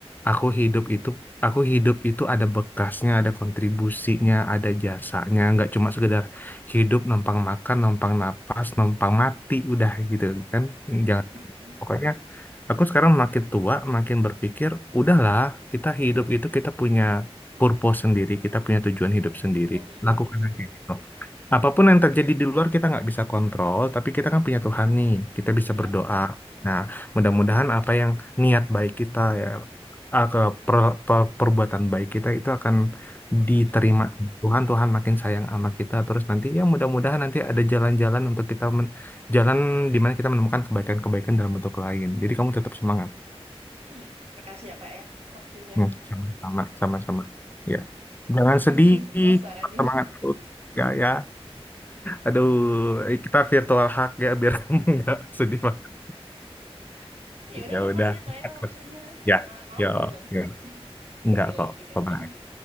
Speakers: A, on the left; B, on the right.
A: aku hidup itu aku hidup itu ada bekasnya, ada kontribusinya, ada jasanya. Nggak cuma sekedar hidup numpang makan, numpang napas, numpang mati udah gitu kan.
B: Mm-mm,
A: Jangan
B: mm-mm.
A: Pokoknya aku sekarang makin tua, makin berpikir, udahlah, kita hidup itu kita punya purpose sendiri, kita punya tujuan
B: iya
A: hidup sendiri.
B: punya tujuan
A: Lakukan
B: hidup sendiri
A: aja gitu. Apapun yang terjadi di luar kita nggak bisa kontrol, tapi kita kan punya Tuhan nih, kita bisa
B: iya
A: berdoa. Nah, mudah-mudahan apa yang niat baik kita ya, ah, ke per- per- perbuatan baik kita itu akan
B: mm-mm.
A: diterima Tuhan, Tuhan makin sayang sama kita. Terus nanti ya mudah-mudahan nanti ada jalan-jalan untuk kita jalan di mana kita menemukan kebaikan-kebaikan dalam bentuk lain. Jadi kamu tetap semangat.
B: iya makasih ya kak ya waktunya
A: Hmm, Sama-sama, sama-sama. Ya. Jangan
B: makasih
A: sedih,
B: semua sarannya
A: tetap semangat terus. Ya, ya. Aduh, kita virtual hug ya <laughs> biar kamu nggak sedih banget.
B: <laughs> ya udah
A: Ya
B: makasih
A: udah.
B: ya kak ya
A: Terus.
B: waktunya
A: Ya,
B: Ma- maaf
A: ya,
B: loh ganggu
A: ya.
B: waktunya
A: Enggak
B: nanti
A: kok.
B: lagi mungkin
A: Coba.